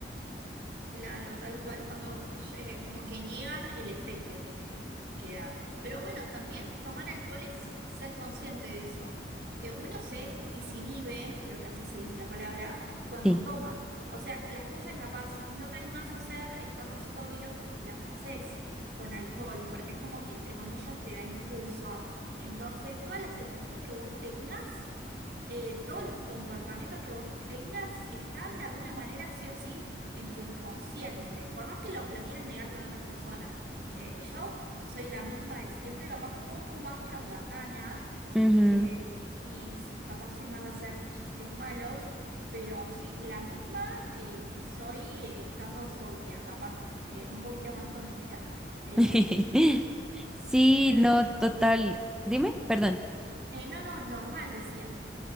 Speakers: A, on the right; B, in the centre.
A: Claro, tal cual, cuando eh, como que niegan el efecto que, que da. Pero bueno, también tomar alcohol es ser consciente de eso. Eh, uno se disinhibe, creo que así se dice la palabra, cuando
B: sí
A: toma. O sea, las cosas que capaz no te animás a hacer estando sobrio, las haces con alcohol, porque es como que entre comillas te da impulso a- Entonces, todas las actitudes que vos tengas eh, todos los comportamientos que vos tengas están de alguna manera sí o sí en tu inconsciente, por más que lo, lo quieras negar con otras personas. Eh, yo soy la misma de siempre, capaz me pongo un poco más charlatana
B: Ujú.
A: eh, y s- capaz soy más de hacer chistes malos, pero soy la misma que, que soy eh, estando sobria, capaz eh, un poquito más tontita. Eh,
B: <laughs> Sí,
A: pero
B: no, total. Dime, perdón.
A: eh, no, no, normal, decía.